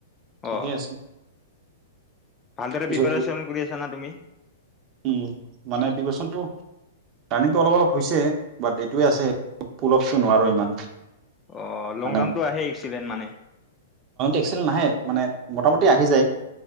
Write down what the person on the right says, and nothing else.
ঠিকেই
আছে।
পিছত
উম, মানে প্ৰিপাৰেচনটো, ৰানিংটো অলপ অলপ হৈছে, বাট এইটোৱে আছে পুলপচো নোৱাৰো ইমান।
মানে
এক্সেল নাহে, মানে মোটামুটি আহি যায়।